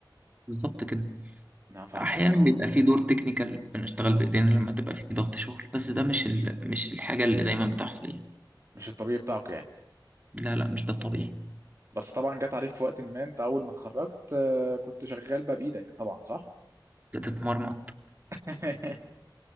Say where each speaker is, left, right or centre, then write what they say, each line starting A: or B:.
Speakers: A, on the right; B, on the right.
A: بالظبط كده
B: انا فهمتك
A: أحيانا
B: اه
A: بيبقى في دور تكنيكال بنشتغل بإيدينا لما تبقى في ضغط شغل بس ده مش ال... مش الحاجة اللي دايما بتحصل يعني
B: مش الطبيعي بتاعك يعني
A: لا لا مش ده الطبيعي
B: بس طبعا جت عليك في وقت ما انت اول ما اتخرجت آه، كنت شغال بقى بايدك طبعا صح؟
A: بتتمرمط
B: <laughs>